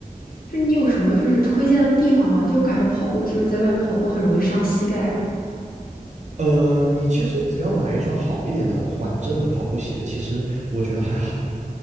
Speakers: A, on the left (about 85°); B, on the right (about 55°).
A: 就是你有什么就是推荐的地方吗？就我感觉跑步就是在外面跑步很容易伤膝盖，
B: 呃，你其实只要买一双好一点的缓震的跑步鞋，其实我觉得还好。